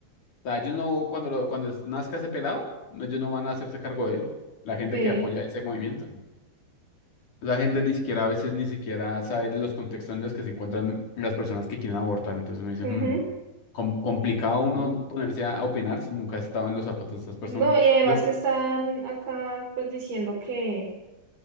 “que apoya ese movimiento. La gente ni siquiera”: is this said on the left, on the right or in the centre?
Left